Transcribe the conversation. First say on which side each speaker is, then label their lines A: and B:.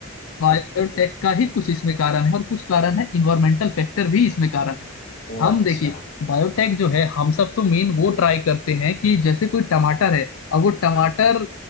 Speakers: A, on the left (about 75°); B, on the left (about 55°).
A: बायोटेक
B: अच्छा
A: का ही कुछ इसमें कारण है और कुछ कारण है इन्वायरमेंटल फैक्टर भी इसमें कारण है
B: ओ
A: हम
B: अच्छा
A: देखिए बायोटेक जो है हम सब तो मेन वो ट्राई करते हैं कि जैसे कोई टमाटर है अब वो टमाटर